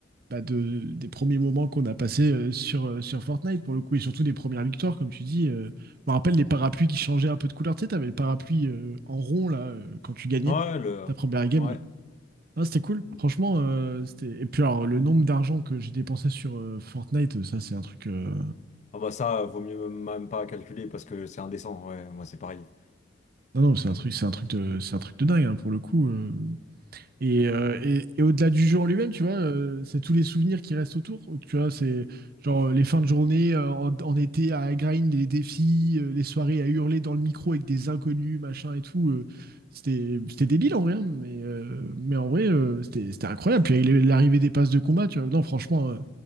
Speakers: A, on the right (about 50°); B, on the left (about 40°).
A: bah, de, des premiers moments qu'on a passés euh, sur, euh, sur Fortnite pour le coup, et surtout des premières victoires, comme tu dis. euh. je me rappelle les parapluies qui changeaient un peu de couleur. Tu sais, t'avais le parapluie euh, en rond là euh, quand tu gagnais
B: Ouais, le...
A: ta première game.
B: Ouais.
A: là. Ah, c'était cool. Franchement, euh, c'était. Et puis alors le nombre d'argent que j'ai dépensé sur euh, Fortnite, ça c'est un truc. euh,
B: Ah bah ça, vaut mieux même pas calculer parce que c'est indécent. Ouais, moi c'est pareil.
A: Non non, c'est un truc, c'est un truc de, c'est un truc de dingue hein, pour le coup. euh. Et, euh, et, et au-delà du jeu en lui-même, tu vois, euh, c'est tous les souvenirs qui restent autour. Tu vois, c'est genre euh, les fins de journée euh, en, en été à grind, les défis, euh, les soirées à hurler dans le micro avec des inconnus, machin et tout. euh, c'était, c'était débile en vrai, hein, mais, euh, mais en vrai, euh, c'était, c'était incroyable. Puis il avec les- l'arrivée des passes de combat, tu vois, non, franchement, euh,